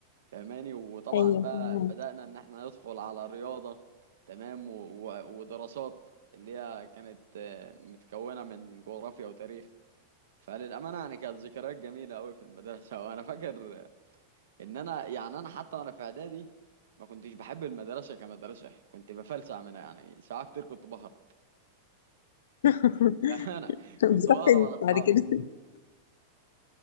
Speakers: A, on the right (about 85°); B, on the left (about 85°).
A: فاهماني وطبعا
B: <laughs> ايوه
A: بقى
B: كنا
A: بدأنا ان احنا ندخل على رياضة تمام و... و... ودراسات اللي هي كانت آه، متكونة من جغرافيا وتاريخ فللأمانة يعني كانت ذكريات جميلة أوي في المدرسة <laughs> وأنا فاكر إن أنا يعني أنا حتى وأنا في إعدادي ما كنتش بحب المدرسة كمدرسة كنت بفلسع منها يعني ساعات كتير كنت بهرب
B: <laughs>
A: <laughs> أنا
B: بتروح
A: كنت بهرب
B: فين
A: أنا أصحابي
B: بعد كده؟